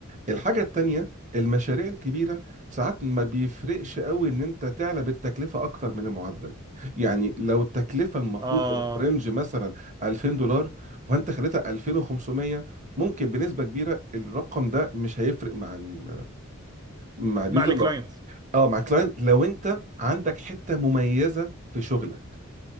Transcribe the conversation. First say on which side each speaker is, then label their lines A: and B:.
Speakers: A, on the right; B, on the right.
A: الحاجه التانيه المشاريع الكبيره ساعات ما بيفرقش قوي ان انت تعلى بالتكلفه اكتر من المعدل يعني لو التكلفه المفروض
B: آه
A: تبقى في رينج مثلا 2000 دولار فانت خليتها 2500 ممكن بنسبه كبيره الرقم ده مش هيفرق مع ال مع اليوزر
B: مع الكلاينت
A: لا اه مع كلاينت لو انت عندك حته مميزه في شغلك